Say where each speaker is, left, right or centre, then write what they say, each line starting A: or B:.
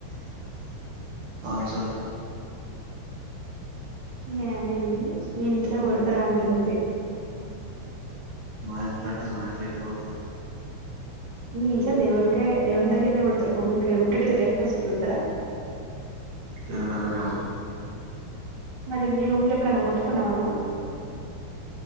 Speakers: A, on the right; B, on the right.
A: ఆన్సర్
B: నే అనేది మీ ఇంట్లో కొడతరా అని గంతే
A: మా ఇంట్లో అంటే మా ఇంట్లో ఎందుకు కొడతాం
B: మీ ఇంట్లో దేవునికి దేవుని దగ్గర నీ కొడతారు కొబ్బరికాయలు ఉత్తుత్తిగా టైం పాస్ కు కొడతారా
A: దేవుని దగ్గరనే కొడదాం
B: మరి మీరుమ్ల ఎప్పుడున్నా కొట్టుకున్నవా నువ్వు